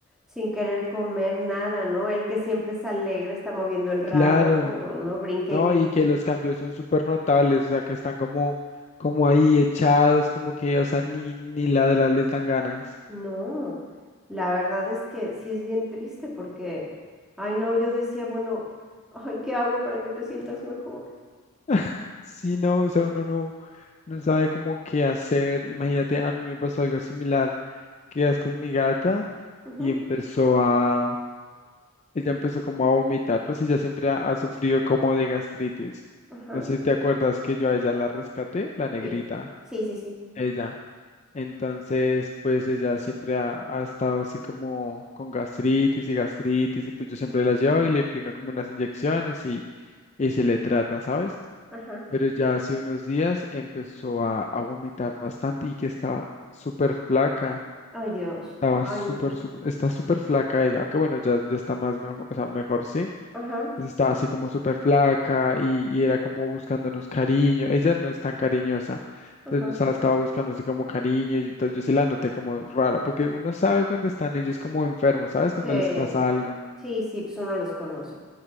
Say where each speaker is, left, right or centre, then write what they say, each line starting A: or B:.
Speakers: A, in the centre; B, on the left (about 30°).
A: sin querer comer nada, ¿no? Él que siempre es alegre, está moviendo el rabo,
B: Claro.
A: todo, ¿no? Brinque
B: ¿no?
A: y brinque.
B: Y que los cambios son súper notables, o sea, que están como, como ahí echados, como que, o sea, ni, ni ladrar les dan ganas.
A: No, la verdad es que sí es bien triste porque, ay, no, yo decía, bueno, ay, ¿qué hago para que te sientas mejor?
B: <laughs> Sí, no, o sea, uno no, no sabe cómo qué hacer. Imagínate, a mí me pasó algo similar, que es con mi gata
A: Ujú.
B: y empezó a, ella empezó como a vomitar, pues ella siempre ha, ha sufrido como de gastritis.
A: Ajá,
B: No sé si te acuerdas que yo a ella la rescaté, la negrita,
A: Sí, sí, sí, sí.
B: ella. Entonces, pues ella siempre ha, ha estado así como con gastritis y gastritis y pues yo siempre la llevo y le aplica como unas inyecciones y, y se le trata, ¿sabes?
A: ajá,
B: Pero ya hace unos días empezó a, a vomitar bastante y que estaba súper flaca,
A: Ay, Dios.
B: estaba
A: Ay,
B: súper,
A: no.
B: súper- está súper flaca ella, aunque bueno, ya, ya está más mejor, o sea, mejor sí
A: ajá,
B: pues, estaba así como súper flaca y, y era como buscándonos cariño. Ella no es tan cariñosa, entonces
A: ajá.
B: nos estaba, estaba buscando así como cariño. y Entonces yo sí la noté como rara, porque uno sabe cuando están ellos como enfermos, ¿sabes?
A: Sí,
B: Cuando les pasa algo.
A: sí, sí, pues uno los conoce.